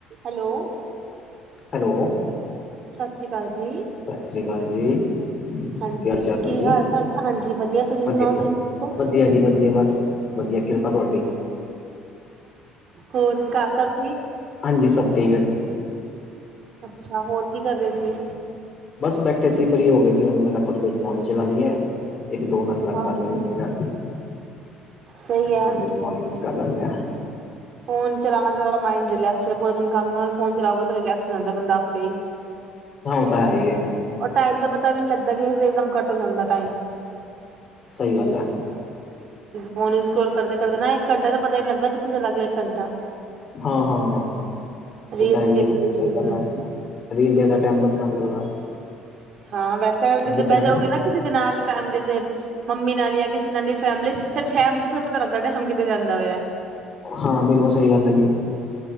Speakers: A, on the right (about 45°); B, on the left (about 30°).
A: Hello?
B: Hello,
A: ਸਤਿ ਸ਼੍ਰੀ ਅਕਾਲ ਜੀ?
B: ਸਤਿ ਸ੍ਰੀ ਅਕਾਲ ਜੀ?
A: ਹਾਂਜੀ
B: ਕੀ ਹਾਲ ਚਾਲ ਹੈ ਜੀ?
A: ਹਾਲ ਤੁਹਾਡਾ ਹਾਂਜੀ ਵਧੀਆ ਤੁਸੀਂ
B: ਵ
A: ਸੁਣਾਓ ਤੁਸੀਂ ਠੀਕ ਹੋ?
B: ਵਧੀਆ ਜੀ ਵਧੀਆ ਬਸ ਵਧੀਆ ਕਿਰਪਾ ਤੁਹਾਡੀ!
A: ਹੋਰ ਘਰ ਸਭ ਠੀਕ?
B: ਹਾਂਜੀ, ਸਭ ਠੀਕ ਹੈ?
A: ਅੱਛਾ, ਹੋਰ ਕੀ ਕਰ ਰਹੇ ਸੀ?
B: ਬਸ ਬੈਠੇ ਸੀ, ਫਰੀ ਹੋ ਗਏ ਸੀ। ਹੁਣ ਮੈਂ ਕਿਹਾ ਥੋੜੀ ਦੇਰ ਫੋਨ ਹੀ ਚਲਾ ਲਈ ਏ। ਇੱਕ ਦੋ ਨਾਲ ਗੱਲ
A: ਹਾਂ
B: ਕਰ ਲੈਂਦੇ ਆ ਮੈਂ ਕਿਹਾ,
A: ਸਹੀ ਹੈ
B: ਥੋੜੀ ਦੇਰ ਫੋਨ ਯੂਜ ਕਰ ਲੈਂਦੇ ਆ।
A: ਫੋਨ ਚਲਾਣਾ ਥੋੜਾ ਮਾਈੰਡ ਰਿਲੈਕਸ ਹੈ। ਪੂਰਾ ਦਿਨ ਕੰਮ ਕਰਨਾ ਫੋਨ ਚਲਾਓਗੇ? ਰਿਲੈਕਸ ਹੋ ਜਾਂਦਾ ਬੰਦਾ ਆਪੇ ਹੀ।
B: ਹਾਂ ਉਹ ਤਾਂ ਹੈ ਹੀ ਹੈ,
A: ਔਰ ਟਾਈਮ ਦਾ ਪਤਾ ਵੀ ਨਹੀਂ ਲੱਗਦਾ, ਕਿ ਇਕਦਮ ਘੱਟ ਹੋ ਜਾਂਦਾ ਟਾਈਮ।
B: ਸਹੀ ਗੱਲ ਹੈ।
A: ਫੋਨ ਇਸਕਰੋਲ ਕਰਦੇ ਕਰਦੇ ਨਾ, ਇੱਕ ਘੰਟਾ ਤੇ ਪਤਾ ਹੀ ਨਹੀਂ ਲੱਗਦਾ, ਕਿੱਥੇ ਚਲਾ ਗਿਆ ਇੱਕ ਘੰਟਾ।
B: ਹਾਂ ਹਾਂ?
A: ਰੀਲਸ
B: ਉਹ ਤਾਂ ਹੈਈ
A: ਦੇਖਦੇ
B: ਹੈ।
A: ਦੇਖਦੇ
B: ਸਹੀ
A: ਦੇਖਦੇ
B: ਗੱਲ ਐ, ਰੀਲ ਦੇਖਦੇ ਟਾਇਮ ਦਾ ਪਤਾ ਨਹੀਂ ਲੱਗਦਾ।
A: ਹਾਂ, ਵੈਸੇ ਅਗਰ ਕਿਦਰੇ
B: ਹਾਂਜੀ
A: ਬਹਿ
B: ਟਾਈਮ
A: ਜਾਓਗੇ ਨਾ, ਕਿਸੇ ਦੇ ਨਾਲ, ਜੈਸੇ ਮੰਮੀ ਨਾਲ, ਜਾਂ ਕਿਸੇ ਨਾਲ ਵੀ? ਫੈਮਲੀ ਚ- ਫਿਰ ਟਹਿਮ ਫਿਰ ਪਤਾ ਲੱਗਦਾ ਟਾਈਮ ਕਿਤੇ ਜਾਂਦਾ ਪਾਇਆ।
B: ਹਾਂ, ਬਿਲਕੁਲ ਸਹੀ ਗੱਲ ਹੈ ਜੀ।